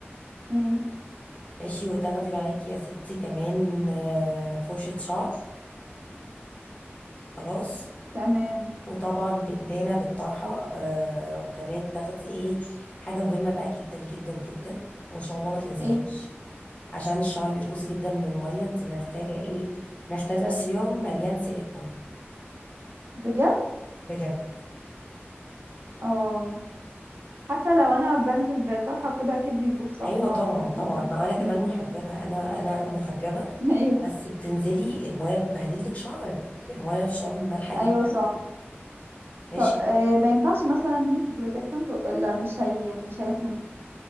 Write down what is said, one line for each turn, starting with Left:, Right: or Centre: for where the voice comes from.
Right: مم.
Left: ماشي وتاخدي معاكي يا ستي كمان آه، فرشة شعر خلاص
Right: تمام
Left: وطبعا بندانة للطرحة آه وكمان تاخدي ايه حاجة مهمة بقى جدا جدا جدا وان شاء الله ما تنساهاش
Right: ايه
Left: عشان الشعر بيبوظ جدا من المية انت محتاجة ايه محتاجة سيروم مليان سيليكون
Right: بجد
Left: بجد
Right: اه حتى لو انا بنزل بطرحه وكده اكيد بيبوظ صح
Left: ايوه
Right: ما
Left: طبعا
Right: هو من الفيلم.
Left: طبعا ما انا كمان
Right: مم.
Left: محجبة انا انا محجبة
Right: <laughs> ايوه
Left: بس بتنزلي المية بتبهدلك شعرك المية في شعر مالحة جدا
Right: ايوه صح
Left: ماشي،
Right: طب آه، ما ينفعش مثلا هيت بروتكتنت لا مش هي مش هيحميك